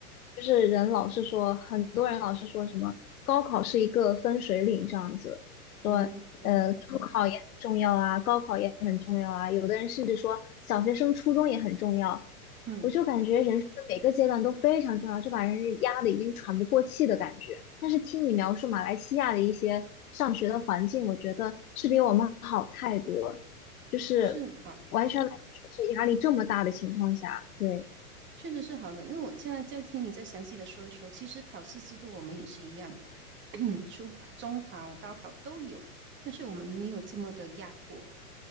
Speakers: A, on the left (about 70°); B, on the right (about 25°).
A: 就是人老是说，很多人老是说什么高考是一个分水岭这样子，
B: 哦，
A: 说呃中考也很重要啊，
B: 嗯
A: 高考也很重要啊，有的人甚至说小学生、初中也很重要。
B: 嗯，
A: 我就感觉人生的每个阶段都非常重要，就把人压得已经喘不过气的感觉。但是听你描述马来西亚的一些上学的环境，我觉得是比我们好太多，就是完全没有说是压力这么大的情况下，
B: 是好。
A: 对，
B: 确实是好的，因为我现在在听你再详细的说一说，其实考试制度我们也是一样，<clears throat> 初考、中考、高考都有，但是我们没有这么的压迫。